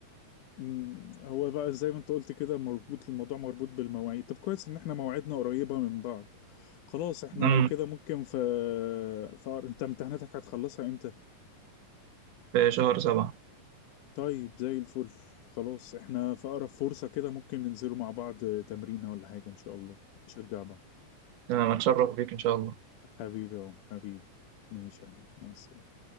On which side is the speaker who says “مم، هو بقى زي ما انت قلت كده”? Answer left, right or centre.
Left